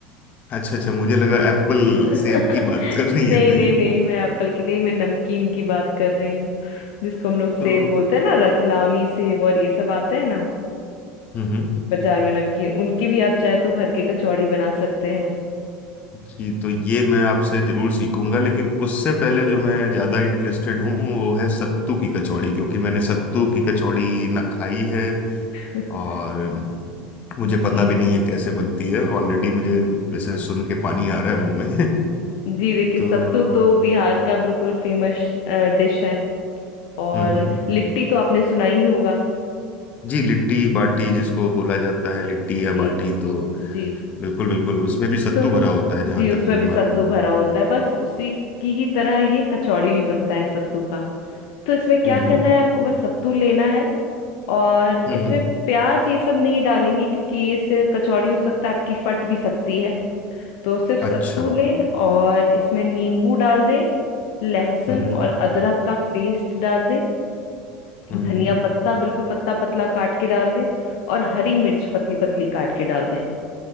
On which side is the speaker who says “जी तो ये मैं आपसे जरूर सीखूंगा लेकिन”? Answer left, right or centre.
Left